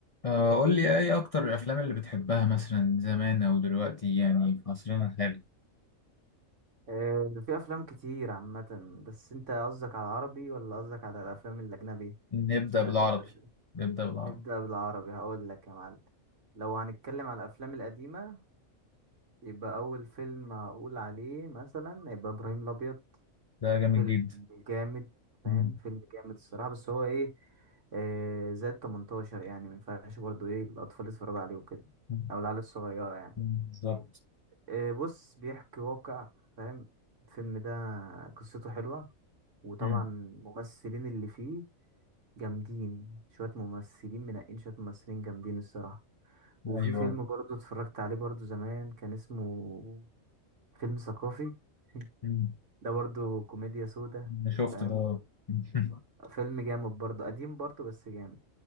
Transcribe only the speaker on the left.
آه، قول لي ايه اكتر الافلام اللي بتحبها مثلا زمان او دلوقتي يعني في عصرنا الحالي
نبدا
بالعربي
نبدا بالعربي
ده جامد
جدا
مم.
مم.
بالظبط
مم.
ايوه
مم.
انا شفت
ده <laughs>